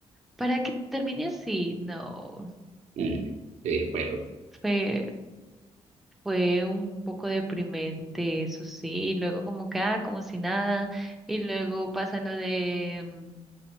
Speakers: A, in the centre; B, on the right.
A: Para que termine así, no,
B: Mm, sí, fuego.
A: fue, fue un poco deprimente, eso sí, y luego como que, ah, como si nada, y luego pasa lo de, mm,